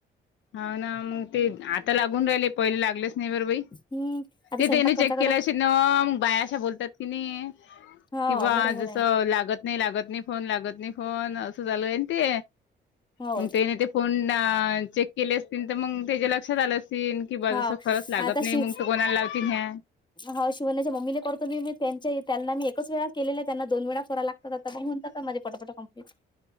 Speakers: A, on the left; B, on the left.
A: हा ना मग ते आता लागून राहिले पहिले लागलेच नाही बर बाई
B: हम्म आता
A: ते
B: स्वयंपाक
A: त्याने
B: करता
A: चेक केल्याश
B: करता
A: न मग बाया अशा बोलतात की नाही.
B: हा
A: किंवा बा
B: बरोबर
A: जस
B: आहे
A: लागत. नाही लागत नाही फोन लागत नाही फोन असं चालू आहेन ते
B: हो.
A: मग ते नाही ते फोन चेक केले असतील तर मग त्याच्याला लक्षात आलं सल की बाजस
B: हाव
A: खरंच लागत
B: आता
A: नाही
B: शि
A: मग तो कोणाला लावतील ह्या
B: हा शिवने्याच्या मम्मीने करतो मी मी त्यां त्यांना मी एकच वेळा केलेल्या त्यांना दोन वेळा लागतातन जातात माझे पटापट क